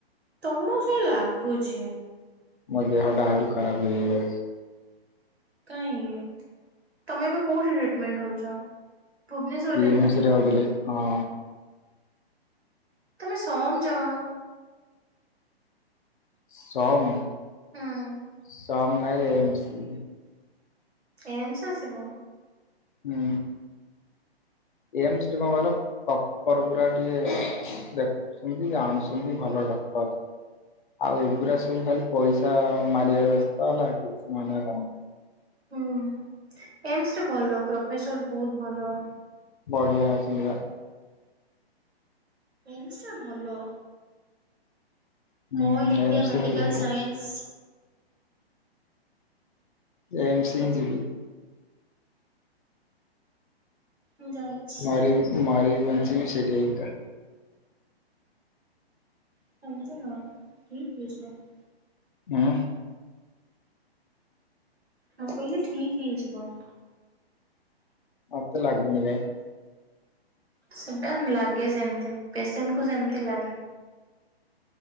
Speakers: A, on the right; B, on the left.
A: ତମକୁ ସେଇ ଲାଗୁଛି।
B: ମୋ ଦେହଟା ଆହୁରି ଖରାପ ହେଇ ହେଇ ଯାଉଛି।
A: କାହିଁକି ତମେ ଏବେ କୋଉଠି ଟ୍ରିଟମେଣ୍ଟ ହଉଛ? ଭୁବନେଶ୍ୱରରେ
B: କିଏ ଏମ୍ସରେ
A: ନା
B: ରୋହୁଥିଲେ ହଁ।
A: ତମେ ସମ୍ ଯାଉନ।
B: ସମ୍
A: ହୁଁ
B: ସମ୍ ନାହିଁରେ ଏମଜିବି
A: ଏମ୍ସ ଆସିବ।
B: ହୁଁ ଏମ୍ସରେ କଣ କହିଲ ପ୍ରପର ପୁରା ଟିକେ ଦେ ସେମିତି ଜାଣୁଛନ୍ତି ଭଲ ଡକ୍ଟର ଆଉ
A: ହୁଁ
B: ଏଗୁଡା ସବୁ ଖାଲି ପଇସା ମାରିବାର ବ୍ୟସ୍ତ ହେଲା କିଛି ମାନେ କାମ
A: ହୁଁ ଏମ୍ସରେ ଭଲ ପ୍ରଫେସର ବହୁତ ଭଲ।
B: ବଢ଼ିଆ ଅଛନ୍ତି ବା।
A: ଏମ୍ସଟା ଭଲ
B: ହୁଁ
A: ଅଲ୍ ଇଣ୍ଡିଆ
B: ଏମ୍ସ
A: ମେଡ଼ିକାଲ୍
B: ହିଁ ଯିବି
A: ସାଇନ୍ସ
B: ଏମ୍ସ ହିଁ ଯିବି।
A: ମୁ ଯାଉଛି।
B: ମରି ମରି ବଞ୍ଚିବି ସେଇଟା ହିଁ ଏକା
A: <unintelligible>
B: ହୁଁ
A: ହଉ କହିଲେ ଠିକ୍ ହେଇଯିବ।
B: ଆଉ ତେ ଲାଗୁନି କାଇଁ
A: ସେଟା ଲାଗେ ସେମିତି ପେସେଣ୍ଟ କୁ ସେମିତି ଲାଗେ।